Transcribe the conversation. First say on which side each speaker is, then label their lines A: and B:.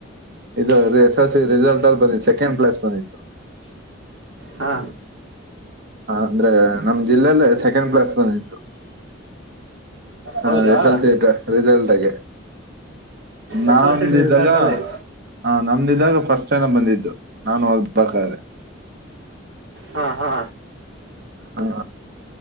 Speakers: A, on the right; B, on the right.
A: ಇದು ಎಸ್ ಎಸ್ ಸಿ ರಿಸಲ್ಟ್ ಅಲ್ಲಿ ಬಂದಿತ್ತು ಸೆಕೆಂಡ್ ಪ್ಲೇಸ್ ಬಂದಿತ್ತು.
B: ಹಾ
A: ಅಂದ್ರೆ ನಮ್ ಜಿಲ್ಲೆಲೇ ಸೆಕೆಂಡ್ ಪ್ಲೆಸ್ ಬಂದಿತ್ತು. ಹ
B: ಹೌದಾ
A: ಎಸ್ ಎಲ್ ಸಿ ದ ರಿಸಲ್ಟಾಗೆ ನಮ್ದಿದ್ದಾಗ
B: ಎಸ್ ಎಲ್ ಸಿ ರಿಸಲ್ಟ್ ಅಲ್ಲಿ
A: ಹ ನಮ್ದಿದ್ದಾಗ ಫಸ್ಟ್ ಚೆನ್ನಗ್ ಬಂದಿದ್ದು ನಾನು ಓದ್ ಬಕಾದ್ರೆ
B: ಹಾ ಹಾ
A: ಹಾ